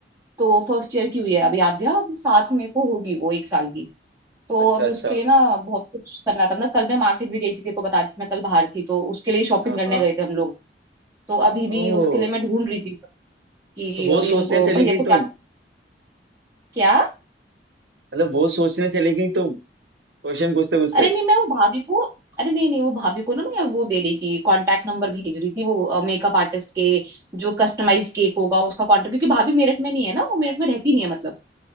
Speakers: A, on the right (about 15°); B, on the right (about 80°).
A: तो फर्स्ट ईयर की हुई है अभी आद्या अभी सात मई को होगी वो एक साल की तो
B: अच्छा
A: अभी
B: अच्छा
A: उसके लिए ना बहुत कुछ करना था मतलब कल मैं मार्केट भी गई थी तेरे को बता रही थी मैं कल बाहर थी तो उसके लिए शॉपिंग
B: हाँ
A: करने
B: हाँ
A: गए थे हम लोग तो अभी
B: ओ
A: भी उसके लिए मैं ढूंढ रही थी कि
B: तो वो
A: अभी
B: सोचने
A: उनको
B: चली
A: भैया
B: गई
A: को क्या
B: तुम
A: क्या
B: मतलब वो सोचने चली गई तुम क्वेश्चन पूछते पूछते
A: अरे नहीं मैं वो भाभी को अरे नहीं नहीं वो भाभी को ना मैं वो दे रही थी कांटेक्ट नंबर भेज रही थी वो मेकअप आर्टिस्ट के जो कस्टमाइज केक होगा उसका कांटेक्ट क्योंकि भाभी मेरठ में नहीं है ना वो मेरठ में रहती नहीं है मतलब